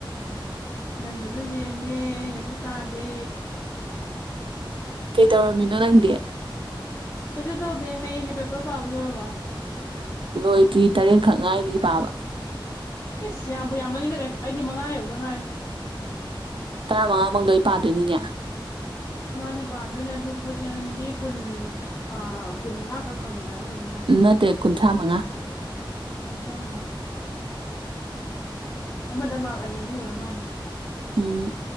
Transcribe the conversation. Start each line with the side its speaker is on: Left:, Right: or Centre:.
Left: ꯅꯪꯅꯖꯨ ꯍꯦꯟꯗꯦ ꯑꯩꯅꯖꯨ ꯇꯥꯗꯦ
Right: ꯀꯩꯗꯧꯔꯝꯃꯤꯅꯣ ꯅꯪꯗꯤ
Left: ꯀꯩꯁꯨ ꯇꯧꯗꯦ ꯍꯌꯦꯡꯒꯤ ꯄꯦꯄꯔ ꯄꯥꯕ ꯂꯣꯏꯔꯕꯣ
Right: ꯂꯣꯏꯗ꯭ꯔꯤ ꯇꯔꯦꯠꯈꯛ ꯉꯥꯏꯔꯤ ꯄꯥꯕ
Left: ꯏꯁ ꯌꯥꯝꯕꯨ ꯌꯥꯝꯃꯟꯒꯔꯦ ꯑꯩꯗꯤ ꯃꯉꯥ ꯌꯧꯗ ꯉꯥꯏꯔꯤ
Right: ꯇꯔꯥꯃꯉꯥꯃꯛ ꯂꯣꯏ ꯄꯥꯗꯣꯏꯅꯤꯅꯦ
Left: ꯃꯥꯅꯦ ꯄꯥꯗꯣꯏꯅꯦ ꯑꯗꯨ ꯀꯣꯏꯁꯟꯗꯤ ꯀꯨꯟ ꯑ ꯀꯨꯟꯃꯉꯥ ꯈꯛ ꯍꯪꯉꯦ ꯍꯥꯏꯕ꯭ꯔꯥ ꯀꯩꯅꯣꯝ ꯍꯥꯏ
Right: ꯅꯠꯇꯦ ꯀꯨꯟꯊ꯭ꯔꯥ ꯃꯉꯥ
Left: ꯀꯨꯟꯊ꯭ꯔꯥꯃꯉꯥ ꯑꯃꯗ ꯃꯥ꯭ꯔꯛ ꯑꯅꯤ ꯑꯅꯤ ꯑꯣꯏꯔ ꯃꯥꯟꯅꯦ
Right: ꯎꯝ